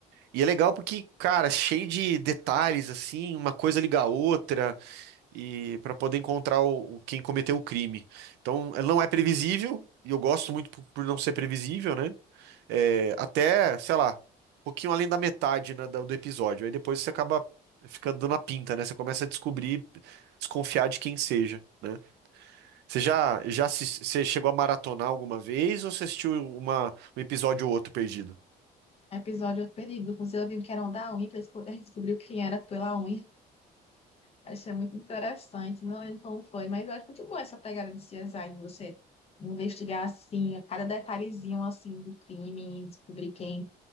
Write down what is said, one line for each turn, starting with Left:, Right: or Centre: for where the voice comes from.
Right: E é legal porque, cara, é cheio de detalhes assim, uma coisa liga a outra e para poder encontrar o, o- quem cometeu o crime. Então, ela não é previsível. E eu gosto muito por por não ser previsível, né? é, até, sei lá, um pouquinho além da metade, né, do do episódio. Aí depois você acaba ficando dando a pinta, né? Você começa a descobrir, desconfiar de quem seja, né? Você já, já assis- você chegou a maratonar alguma vez ou você assistiu uma, um episódio ou outro perdido?
Left: um episódio perdido. Inclusive, eu vi que era um da unha, que eles co- <laughs> descobriu quem era pela unha. Achei muito interessante, não lembro como foi, mas eu acho muito bom essa pegada de CSI, de você investigar assim, a cada detalhezinho assim do crime, e descobrir quem,